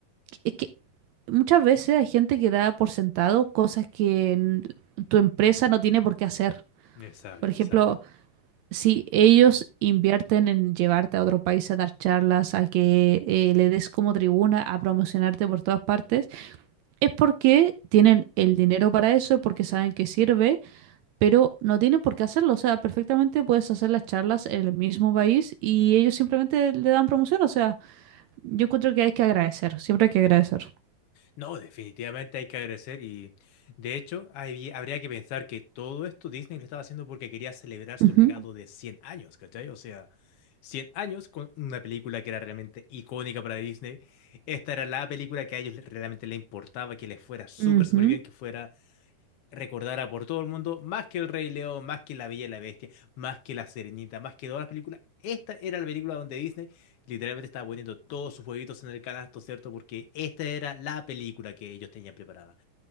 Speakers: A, on the right; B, on the left.
A: Es que muchas veces hay gente que da por sentado cosas que n- tu empresa no tiene por qué hacer.
B: Exacto,
A: Por ejemplo,
B: exacto.
A: si ellos invierten en llevarte a otro país a dar charlas, a que eh, le des como tribuna, a promocionarte por todas partes, es porque tienen el dinero para eso, porque saben que sirve, pero no tienen por qué hacerlo. O sea, perfectamente puedes hacer las charlas en el mismo país y ellos simplemente le dan promoción. O sea, yo encuentro que hay que agradecer, siempre hay que agradecer.
B: No, definitivamente hay que agradecer y de hecho hay- habría que pensar que todo esto Disney lo estaba haciendo porque quería celebrar su
A: Ujú,
B: legado de 100 años, ¿cachai? O sea, 100 años con una película que era realmente icónica para Disney. Esta era la película que a ellos realmente les importaba, que les fuera súper,
A: ujú.
B: súper bien, que fuera recordada por todo el mundo, más que El Rey León, más que La Bella y la Bestia, más que La Sirenita, más que todas las películas. Esta era la película donde Disney literalmente estaba poniendo todos sus huevitos en el canasto, ¿cierto? Porque esta era la película que ellos tenían preparada.